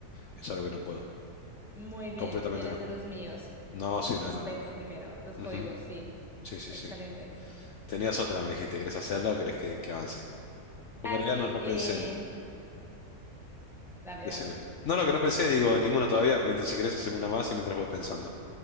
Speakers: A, on the left; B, in the centre.
A: Es algo que no puedo.
B: Muy bien,
A: Completamente
B: eres
A: no.
B: de los míos.
A: No, sí,
B: El respeto
A: no, no, no.
B: primero, los
A: Ujú.
B: códigos, sí.
A: Sí, sí,
B: Excelente.
A: sí. Tenías otra, me dijiste. ¿Querés hacerla o querés que, que avance? Porque
B: Ah,
A: en
B: sí,
A: realidad no, no
B: eh,
A: pensé en...
B: dale,
A: Decime.
B: dale.
A: No, lo que no pensé, digo, en ninguna todavía. Mientras si querés hacemos una más y mientras voy pensando.